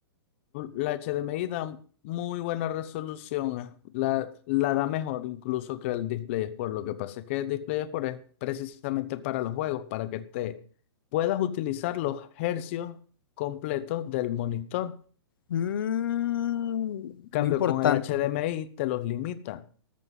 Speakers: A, on the left (about 30°); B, on the left (about 55°).
A: La HDMI da muy buena resolución, eh, la, la da mejor incluso que el Display Export. Lo que pasa es que el Display Export es precisamente para los juegos, para que te puedas utilizar los hercios completos del monitor.
B: Mm,
A: En cambio,
B: muy importante.
A: con el HDMI te los limita.